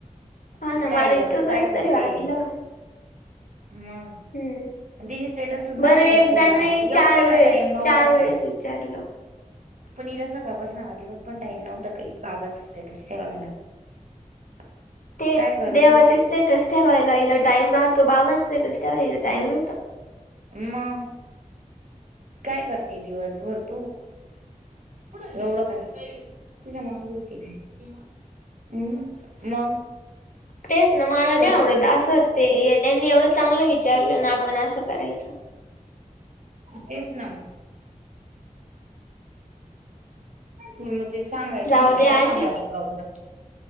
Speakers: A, on the left; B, on the right.
A: हा
B: कि
A: ना
B: काय
A: मला
B: ग
A: इतकं
B: तू
A: कसं
B: काय करते
A: तरी वाटलं
B: मग.
A: हम्म.
B: तिने स्टेटस सुद्धा
A: बरं
B: नाही टाकलेला
A: एकदा नाही
B: आहेता
A: चार
B: एवढा हिला
A: वेळेस
B: टाईम नव्हता
A: चार वेळेस
B: का.
A: विचारलं.
B: पण हिला सग का बस ना अजिबात पण टईम नव्हता काही बाबाचा स्टेटस ठेवायला. <inaudible>
A: ते
B: करत
A: देवाचे
B: होती
A: स्टेटस ठेवायला इला टाईम राहतो बाबां स्टेटस ठेवायला टाईम नव्हत.
B: मग.. काय करते दिवसभर तू? एवढं काय तुझ्या मागी होती हम् मग.
A: तेच ना मला
B: ठेवलंस
A: नाही आवडत असं ते त्यांनी एवढं चांगलं विचारलं ना आपण असं करायचं.
B: तेच ना. मग ते सांगायचं
A: जाऊ
B: ना तिला
A: दे
B: काय
A: असे
B: सांगायला प्रॉब्लेम.